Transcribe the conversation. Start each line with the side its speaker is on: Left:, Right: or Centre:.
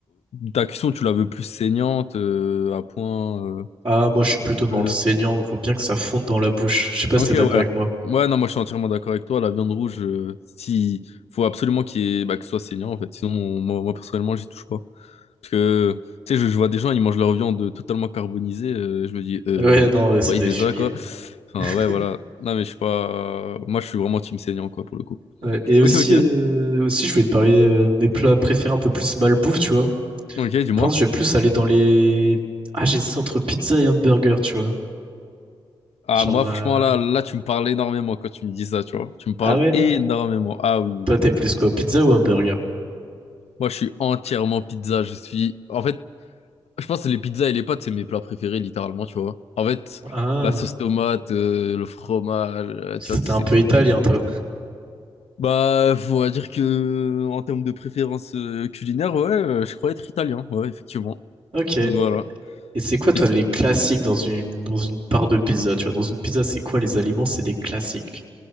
Left: ta cuisson, tu la veux plus saignante, euh, à point euh,
Right: Ah, moi, je suis plutôt dans
Left: bleu.
Right: le saignant. Faut bien que ça fonde dans la bouche. Je sais pas
Left: Ok,
Right: si t'es d'accord
Left: ouais.
Right: avec moi.
Left: Ouais, non, moi je suis entièrement d'accord avec toi. La viande rouge, euh, si faut absolument qu'il y ait- bah, que ce soit saignant en fait. Sinon, moi, moi, personnellement, j'y touche pas. Parce que tu sais, je, je vois des gens, ils mangent leur viande totalement carbonisée. euh, je me dis, euh,
Right: Ouais, non, ouais, c'est
Left: ouais,
Right: des
Left: il fait
Right: fumiers.
Left: ça quoi. Enfin,
Right: <laughs>
Left: ouais, voilà. Non, mais je suis pas. Moi, je suis vraiment team saignant quoi pour le coup.
Right: Ouais, Et aussi,
Left: Ok, ok.
Right: euh, aussi, je voulais te parler euh, mes plats préférés un peu plus malbouffe, tu vois.
Left: Ok,
Right: Je
Left: dis-moi.
Right: pense que je vais plus aller dans les. Ah, j'hésite entre pizza et hamburger, tu vois.
Left: Ah,
Right: Genre.
Left: moi,
Right: euh,
Left: franchement, là, là, tu me parles énormément quand tu me dis ça, tu vois. Tu me parles
Right: Ah ouais?
Left: énormément. Ah oui. oui,
Right: Toi,
Left: oui.
Right: t'es plus quoi? Pizza ou hamburger?
Left: Moi, je suis entièrement pizza. Je suis. En fait, je pense que les pizzas et les pâtes, c'est mes plats préférés, littéralement, tu vois. En fait,
Right: Ah.
Left: la sauce tomate, euh, le fromage, euh,
Right: C'était
Left: tu vois, tous
Right: un
Left: ces
Right: peu
Left: trucs-là.
Right: italien,
Left: c'est-
Right: toi.
Left: Bah, on va dire que, en termes de préférence euh, culinaire, ouais, euh, je crois être italien, ouais, effectivement.
Right: Ok. Et
Left: Donc voilà.
Right: c'est quoi, toi,
Left: Et c-
Right: les classiques dans une, dans une part de pizza? Tu vois, dans une pizza, c'est quoi les aliments? C'est des classiques.